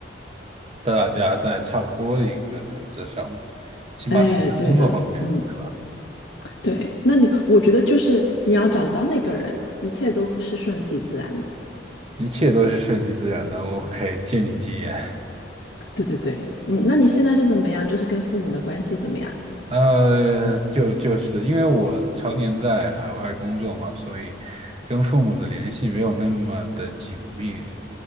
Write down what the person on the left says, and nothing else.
哎，对的，嗯。
对，那你我觉得就是你要找到那个人，一切都是顺其自然的。
对对对，嗯，那你现在是怎么样？就是跟父母的关系怎么样？